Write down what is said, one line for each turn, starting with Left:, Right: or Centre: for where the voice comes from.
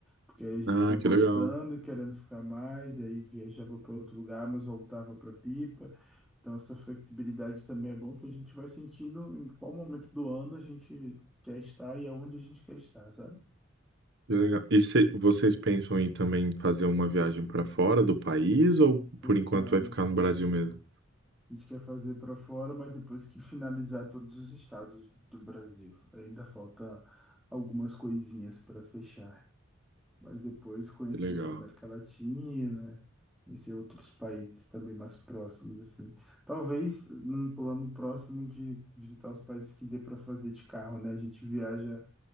Centre: Porque aí a gente
Right: Ah,
Centre: foi gostando,
Right: que legal.
Centre: querendo ficar mais, aí viajava para outro lugar, mas voltava para Pipa. Então, essa flexibilidade também é bom que a gente vai sentindo em qual momento do ano a gente quer estar e aonde a gente quer estar, sabe?
Right: Que legal. E cê- vocês pensam em também fazer uma viagem para fora do país ou
Centre: Pensamos.
Right: por enquanto vai ficar no Brasil mesmo?
Centre: A gente quer fazer para fora, mas depois que finalizar todos os estados do Brasil. Ainda falta algumas coisinhas para fechar. Mas depois conhecer
Right: Que legal.
Centre: a América Latina, conhecer outros países também mais próximos, assim. Talvez num plano próximo de visitar os países que dê para fazer de carro, né? A gente viaja